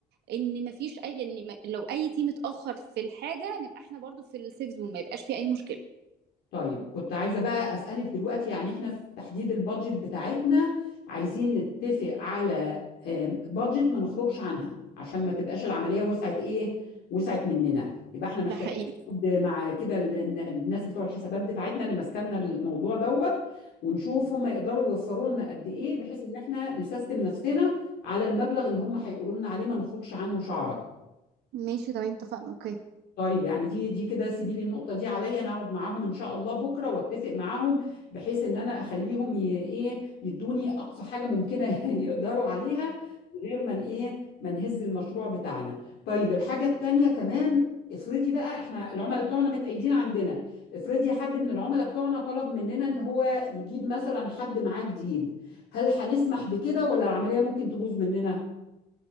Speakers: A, on the right; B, on the left.
A: ان ما فيش اي ان ما- لو اي تيم اتاخر في الحاجه نبقى احنا برضو في السيف زون ما يبقاش في اي مشكله
B: طيب كنت عايزه بقى اسالك دلوقتي يعني احنا في تحديد البادجت بتاعتنا عايزين نتفق على آم، بادجت ما نخرجش عنها عشان ما تبقاش العمليه وسعت ايه وسعت مننا يبقى احنا محتاجين
A: ده حقيقي
B: نقعد مع كده ال- ال- الناس بتوع الحسابات بتاعتنا اللي ماسكالنا الموضوع دوت ونشوف هم يقدروا يوفروا لنا قد ايه بحيث ان احنا نسيستم نفسنا على المبلغ اللي هم هيقولوا لنا عليه ما نخرجش عنه شعره
A: ماشي تمام اتفقنا اوكي
B: طيب يعني دي دي كده سيبي لي النقطة دي عليا انا اقعد معاهم ان شاء الله بكرة واتفق معاهم بحيث ان انا اخليهم ي... ايه يدوني اقصى حاجة ممكنة <laughs> يقدروا عليها من غير ما ن- ايه ما نهز المشروع بتاعنا. طيب الحاجة التانية كمان افرضي بقى احنا العملاء بتوعنا متأيدين عندنا افرضي حد من العملاء بتوعنا طلب مننا ان هو يجيب مثلا حد معاه جديد هل هنسمح بكده ولا العملية ممكن تبوظ مننا؟